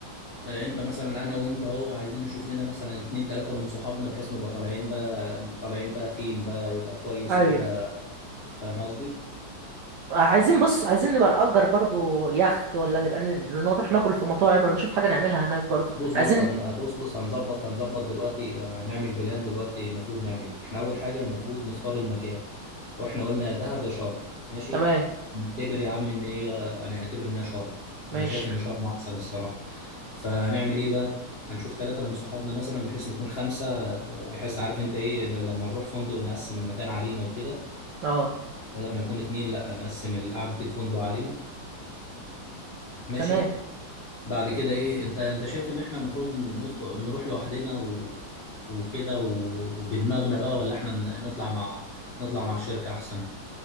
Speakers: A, on the left; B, on the right.
A: آه انت مثلا انا وانت اهو عايزين نشوف لنا مثلا اتنين تلاته من صحابنا بحيث نبقى طالعين بقى طالعين بقى تيم بقى يبقى كويس
B: ايوه
A: وكده فاهم قصدي
B: عايزين بص عايزين نبقى نأجر برضو يخت ولا نبقى ن- نروح ناكل في مطاعم ولا نشوف حاجة نعملها هناك برضو
A: بص
B: عايزين
A: بص هن... بص بص هنظبط هنظبط دلوقتي آه، هنعمل بلان دلوقتي المفروض نعمل ايه احنا اول حاجه المفروض نختار المكان واحنا قلنا يا دهب يا شرم ماشي
B: تمام
A: نعتبر يا عم ان هي انا اعتبر انها شرم
B: ماشي
A: انا شايف ان شرم احسن الصراحه فهنعمل ايه بقى هنشوف ثلاثه من صحابنا مثلا بحيث نكون خمسه آه، بحيث عارف انت ايه انه لما نروح فندق نقسم المكان علينا وكده
B: اه
A: بدل ما يكون اتنين لا نقسم قعده الفندق علينا ماشي
B: تمام
A: بعد كده ايه انت انت شايف ان احنا المفروض ندخل نروح لوحدنا و... وكده و... وبدماغنا بقى ولا احنا ن- نطلع مع نطلع مع شركة احسن